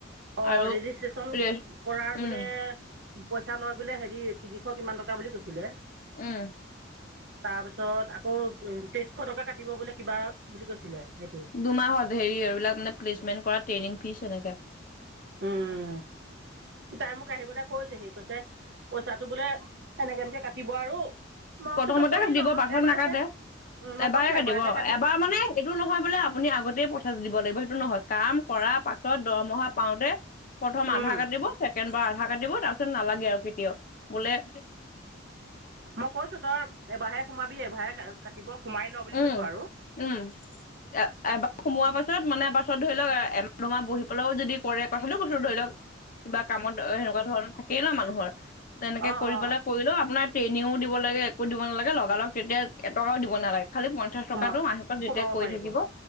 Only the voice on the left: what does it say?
আৰু
ৰেষ্ট
উম
উম।
দুমাহত হেৰি, এইবিলাক মানে প্লেচমেন্ট কৰা ট্ৰেইনিং ফিছ এনেকে।
প্ৰথমতে
কাটিব,
পাছত
নাকাটে।
এবাৰে
কাটিব,
এবাৰ মানে এইটো নহয় বোলে, আপুনি আগতে পঠাই দিব লাগিব, সেইটো নহয়, কাম কৰাৰ পাছত দৰমহা পাওঁতে প্ৰথম আধা
কাটিব ছেকেণ্ড বাৰ আধা কাটিব তাপিছত নালাগে আও কেতিয়াও বোলে
উম
উম, এ, এবা সোমোৱা পাছত মানে এবা পিছত ধৰি লক এ, এমাহ দুমাহ বহি পেলাইও যদি কৰে কথাটো কৈছোঁ ধৰি লক কিবা কামত অ', সেকুৱা ধৰণ থাকেই ন মানুহৰ তেনেকে
কৰি
পেলাই কৰিলেও আপোনাত ট্ৰেইনিঙো দিব লাগে একো দিব নালাগে লগালগ তেতিয়া এটকাও দিব নালাগে খালি পঞ্চাচ
টকাটো মাহেকত
দিতেক কই
থাকিব